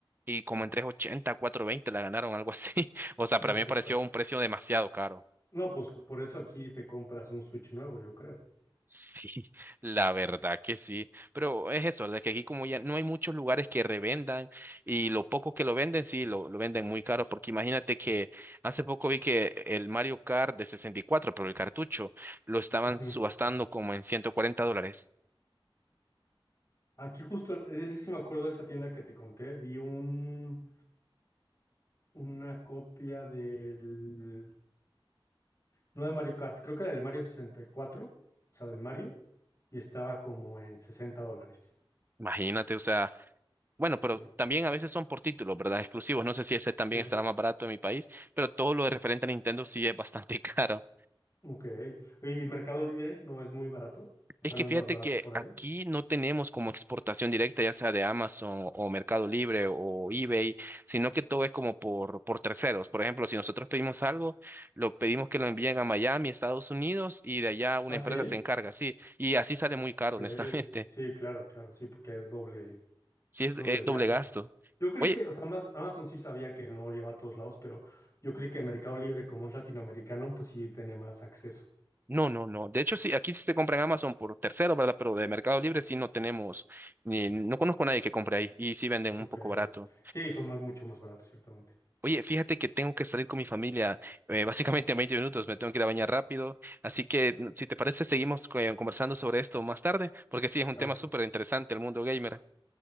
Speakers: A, on the right; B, on the left.
A: y como en 380, veinte la ganaron, algo así. <laughs> O sea,
B: no,
A: para mí
B: sí
A: me pareció
B: está.
A: un precio demasiado caro.
B: No, pues por eso aquí te compras un Switch nuevo, yo creo.
A: Sí, la verdad que sí, pero es eso, de que aquí como ya no hay muchos lugares que revendan y lo poco que lo venden, sí, lo, lo venden muy caro, porque imagínate que hace poco vi que el Mario Kart de 64 pero el cartucho, lo estaban
B: Ujú.
A: subastando como en 140 dólares.
B: Aquí justo, ese sí me acuerdo de esa tienda que te conté, vi un, una copia del, no de Mario Kart, creo que del Mario sesenta y cuatro o sea, del Mario, y estaba como en 60 dólares.
A: Imagínate, o sea, bueno, pero
B: Sí.
A: también a veces son por títulos, ¿verdad? Exclusivos, no sé si ese también
B: Sí.
A: estará más barato en mi país, pero todo lo de referente a Nintendo sí es bastante <laughs> caro.
B: Ok. ¿Y Mercado Libre no es muy barato? O
A: Es
B: sea,
A: que
B: no
A: fíjate
B: es más barato
A: que
B: por ahí.
A: aquí no tenemos como exportación directa, ya sea de Amazon o Mercado Libre o eBay, sino que todo es como por, por terceros. Por ejemplo, si nosotros pedimos algo, lo pedimos que lo envíen a Miami, Estados Unidos, y de allá una
B: ¿Ah,
A: empresa
B: sí?
A: se encarga, sí. Y así sale muy caro,
B: Ok.
A: honestamente.
B: Sí,
A: <laughs>
B: claro, claro, sí, porque es doble,
A: Sí, es,
B: doble
A: es
B: viaje.
A: doble gasto.
B: Yo creí
A: Oye,
B: que, o sea, Amaz- Amazon sí sabía que no llegaba a todos lados, pero yo creí que Mercado Libre, como es latinoamericano, pues sí tenía más acceso.
A: no, no, no. De hecho, sí, aquí sí se compra en Amazon por terceros, ¿verdad? Pero de Mercado Libre sí no tenemos, ni, no conozco a nadie que compre ahí y sí venden un
B: Ok.
A: poco barato.
B: Sí, son más, mucho más baratos, ciertamente.
A: Oye, fíjate que tengo que salir con mi familia, eh, básicamente en 20 minutos, me tengo que ir a bañar rápido, así que n- si te parece seguimos co- eh, conversando sobre esto más tarde, porque sí, es un
B: Claro,
A: tema súper interesante el mundo gamer.